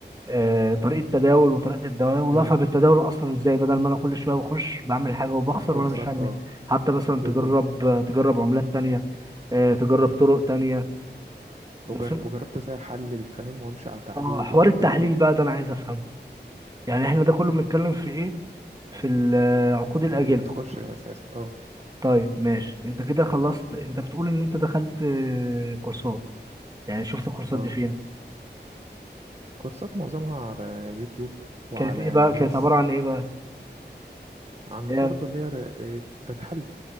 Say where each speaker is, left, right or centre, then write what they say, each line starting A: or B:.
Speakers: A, on the right; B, on the right.
A: آه طريقة تداول وطريقة التداول
B: امم
A: وافهم التداول اصلا ازاي بدل ما انا كل شوية بخش بعمل حاجة وبخسر
B: واخسر
A: وانا مش فاهم
B: اه
A: ايه حتى مثلا
B: بالظبط
A: تجرب تجرب عملات تانية آه تجرب
B: مم.
A: طرق تانية
B: وجر...
A: بس انت
B: وجربت ازاي احلل فاهم وامشي على تحليل
A: اه حوار
B: واشوف
A: التحليل
B: الدنيا دي
A: بقى ده انا عايز افهمه يعني احنا ده كله بنتكلم في ايه في العقود الاجله
B: انك تخش اساسا اه
A: طيب ماشي انت كده خلصت انت بتقول ان انت دخلت آه، كورسات يعني شفت الكورسات
B: اه
A: دي فين
B: كورسات معظمها على اليوتيوب وعلى
A: كانت ايه بقى
B: ناس
A: كانت عبارة عن ايه بقى
B: عن
A: اللي
B: برضو
A: هي
B: اللي هي ر- إيه، ده تحلل